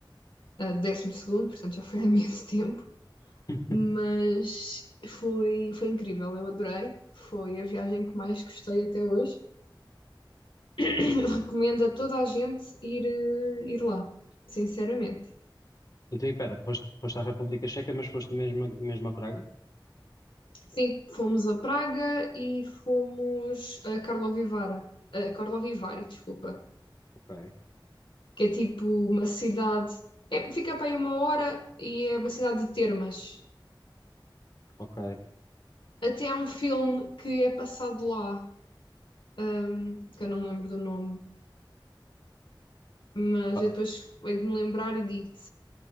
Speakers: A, on the left; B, on the left.
A: a décimo segundo, portanto já foi há imenso tempo,
B: <laughs>
A: mas foi, foi incrível, eu adorei. Foi a viagem que mais gostei até hoje. <coughs> <clears throat> Recomendo a toda a gente ir, eh, ir lá, sinceramente.
B: Então, e pera, foste, foste à República Checa, mas foste mesmo, a- mesmo a Praga?
A: Sim, fomos a Praga e fomos a Karlovy Vary, a Karlovy Vary, desculpa,
B: Ok,
A: que é tipo uma cidade, é, fica para aí uma hora e é uma cidade de termas.
B: ok.
A: Até há um filme que é passado lá, ahm, que eu não me lembro do nome, mas
B: Pá,
A: eu depois hei de me lembrar e digo-te.